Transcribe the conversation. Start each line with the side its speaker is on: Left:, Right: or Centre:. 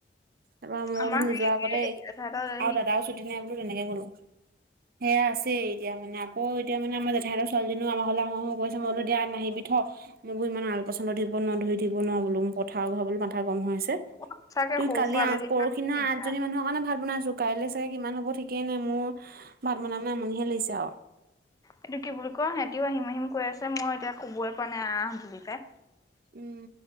Right: তাৰপৰা মই
Left: আমাৰ
Right: বোলো নোযোৱা
Left: সেই
Right: আগতে
Left: তেখেতৰ
Right: আৰু
Left: সি
Right: দাদাও ছুটি নাই। তেনেকে কলো। সেয়া আছে এতিয়া মানে আকৌ এতিয়া মানে আমাৰ জেঠাই হঁতৰ ছোৱালজনী আমাৰ ঘৰলে আহোঁ আহোঁ কৈছে। মই বোলো এতিয়া নাহিবি থ, মই বোৰ ইমান আল পচন ধৰিব নোৱাৰো ধৰি থাকিব নোৱাৰো বোলো পথাৰ ঘৰ বোলো মাথা গৰম হৈ আছে।
Left: সঁচাকে
Right: তোৰ‌
Left: সৰু
Right: কালি
Left: সুৰা আলহী
Right: আঠ
Left: বিলাক
Right: পৰখিদিনা
Left: দিগদাৰ
Right: আঠজনী মানুহক মান মানে ভাত বনাইছো। কাইলৈ চাগে কিমান হ'ব ঠিকেই নাই মোৰ ভাত বনাই বনাই আমনিহে লাগিছে আও।
Left: এইটো কি বুলি কয়, সিহঁতিও আহিম আহিম কৈ আছে মই এতিয়া ক'বই পৰা নাই আহ বুলি পাই।
Right: উম।